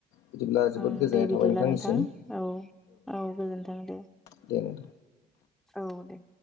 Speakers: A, on the left; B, in the centre.
A: बिदिब्ला जोबोद
B: उम
A: गोजोननाय
B: दे बिदिब्ला
A: थाबाय नोंथांनिसिम
B: नोंथां औ औ गोजोनथों दे
A: दे नोंथां
B: औ दे।